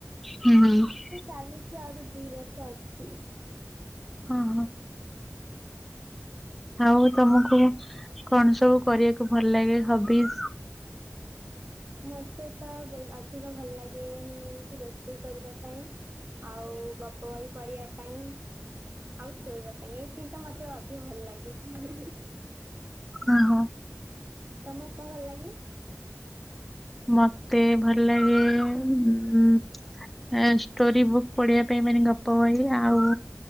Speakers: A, in the centre; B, on the right (about 45°).
A: ହୁଁ। ହୁଁ।
B: ଚାଲିଛି ଆହୁରି ଦି ବର୍ଷ ଅଛି।
A: ହଁ ହଁ। ଆଉ ତମକୁ କଣ ସବୁ କରିବାକୁ ଭଲ ଲାଗେ ହବିଜ?
B: ମତେ ତ ଅଧିକ ଭଲ ଲାଗେ ଏମତି ରୋଷେଇ କରିବା ପାଇଁ। ଆଉ ଗପ ବହି ପଢ଼ିବା ପାଇଁ। ଆଉ ଶୋଇବା ପାଇଁ ଏଇ ତିନିଟା ମତେ ଅଧିକ ଭଲ ଲାଗେ ହିଁ ହିଁ।
A: ଓହୋ।
B: ତମକୁ କଣ ଭଲ ଲାଗେ?
A: ମତେ ଭଲ ଲାଗେ ହୁଁ ଷ୍ଟୋରି ବୁକ୍ ପଢିବା ପାଇଁ ମାନେ ଗପ ବହି ଆଉ